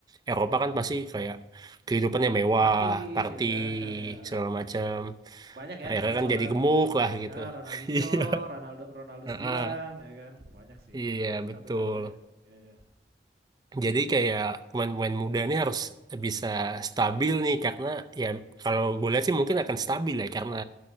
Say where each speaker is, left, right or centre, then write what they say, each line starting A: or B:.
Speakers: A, on the right; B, on the right.
A: Eropa kan pasti kayak kehidupannya mewah,
B: Party,
A: party
B: ya kan, <laughs> ya.
A: segala macam.
B: banyak ya
A: Akhirnya
B: contohnya
A: kan
B: soalnya
A: jadi gemuk lah gitu.
B: ya Ronaldinho,
A: <laughs> Iya.
B: Ronaldo Ronaldo
A: Heeh,
B: 9, ya kan, banyak sih
A: iya betul.
B: contoh-contohnya. Iya, iya.
A: Jadi kayak pemain-pemain muda ini harus bisa stabil nih karena ya kalau gue lihat sih mungkin akan stabil ya karena